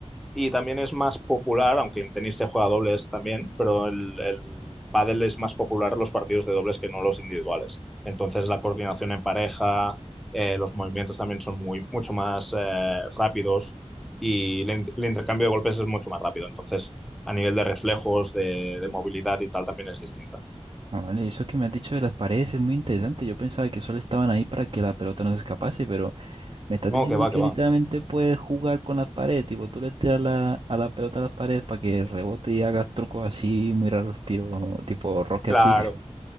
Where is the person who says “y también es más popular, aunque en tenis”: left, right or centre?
Centre